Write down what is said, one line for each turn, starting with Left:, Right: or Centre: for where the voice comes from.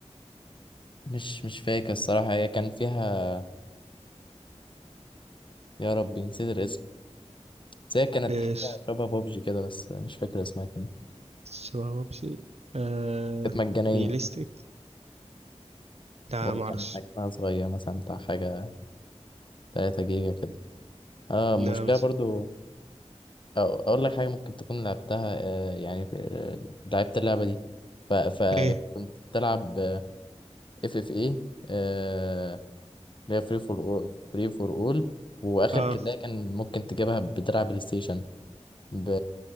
Left: مش مش فاكر الصراحة هي كان فيها يا ربي نسيت الاسم بس هي كانت
Right: ايش
Left: حاجة شبه بابجي كده بس مش فاكر اسمها كان إيه.
Right: شبه وبشي آه
Left: كانت مجانية
Right: ريليستيك لا
Left: وكان
Right: ما اعرفش
Left: حجمها صغير مثلا بتاع حاجة 3 جيجا كده اه المشكلة
Right: لا مش
Left: برضو أو اقول لك حاجه ممكن تكون لعبتها آه، يعني في- آه، لعبت اللعبه دي ف فكنت
Right: ايه
Left: بتلعب اف اف ايه اللي هي فري فور فري فور اول واخر
Right: اه
Left: كده كان ممكن تجيبها بتلعب بلاي ستيشن ب...